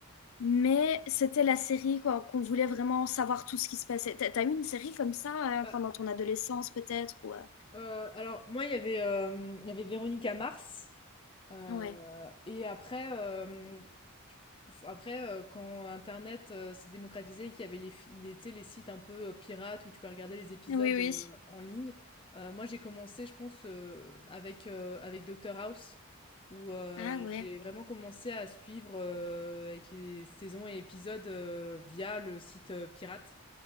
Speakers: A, on the left (about 70°); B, on the left (about 25°).
A: Mais c'était la série quoi, qu'on voulait vraiment savoir tout ce qui se passait. T'as, t'as eu une série comme ça euh,
B: Bah,
A: pendant ton adolescence peut-être ou, euh,
B: euh, alors moi, il y avait, euh, il y avait Véronica Mars. Euh,
A: Ouais.
B: et après, euh, je- f- après euh, quand Internet euh, s'est démocratisé, et qu'il y avait les, fi- les, tu sais, les sites un peu euh, pirates où tu peux regarder les épisodes
A: Oui, oui.
B: euh, en ligne, euh, moi j'ai commencé, je pense, euh, avec, euh, avec Dr House, où euh,
A: Ah ouais,
B: j'ai vraiment commencé à suivre euh, avec les saisons et épisodes euh, via le site euh, pirate.